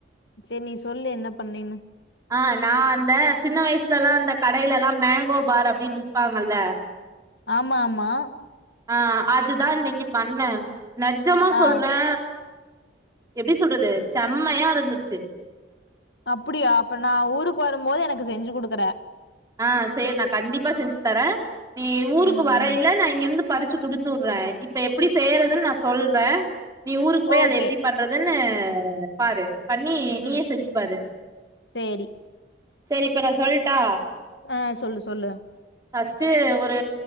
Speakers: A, on the left; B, on the right.
A: சேர் நீ சொல்லு என்ன பண்ணீன்னு
B: ஆ நா அந்த சின்ன வைஸ்லல்லா அந்த கடயிலல்லா மேங்கோ பார் அப்டின் விப்பாங்கல்ல
A: ஆமா ஆமா
B: ஆ அதுதா இன்னக்கி பண்ணே நெஜ்ஜமா
A: ஆ
B: சொல்றே எப்டி சொல்றது செம்மயா இருந்துச்சி
A: அப்புடியா அப்ப நா ஊருக்கு வரம்போது எனக்கு செஞ்சி குடுக்கற
B: ஆ சேரி நா கண்டிப்பா செஞ்சி தரே நீ ஊருக்கு
A: ம்
B: வரயில நா இங்கருந்து பறிச்சி குடுத்துர்றே இப்ப எப்டி செய்யறதுன் நா சொல்றே நீ ஊருக்கு போய்
A: ஓகே
B: அத எப்டி பண்ற துன்னு பாரு பண்ணி நீயே
A: ம்
B: செஞ்சி பாரு
A: சேரி
B: சேரி இப்ப நா சொல்ட்டா
A: ஆ சொல்லு சொல்லு
B: ஃபஸ்ட்டு ஒரு